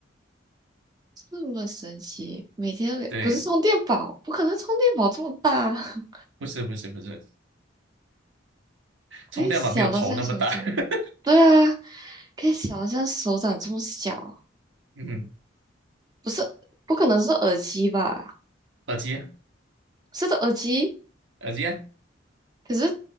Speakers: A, on the right; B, on the right.
A: 这么神奇，每天都有不是充电宝，
B: 对，
A: 不可能充电宝这么大。<laughs>
B: 不是不是不是，
A: 可以小到像手掌，
B: 充电宝没有头那么大。<laughs>
A: 对啊，可以小到像手掌这么小，
B: 嗯，
A: 不是，不可能是耳机吧？
B: 耳机啊，
A: 是的耳机，
B: 耳机啊，
A: 可是